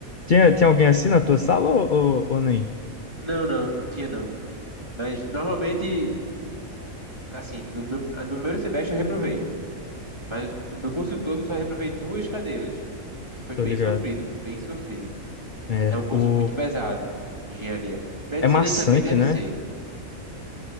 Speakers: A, on the left (about 45°); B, on the right (about 20°).
A: Tinha, tinha alguém assim na tua sala ou, ou, ou nem?
B: Não, não, tinha não. Mas normalmente, assim, no, meu- no primeiro semestre eu reprovei. Mas no meu curso todo só reprovei duas cadeiras. E foi bem
A: Tô ligado.
B: sofrido, viu? Bem sofrido.
A: É,
B: É um curso
A: o...
B: muito pesado, engenharia. Medicina
A: é maçante,
B: também deve
A: né?
B: ser.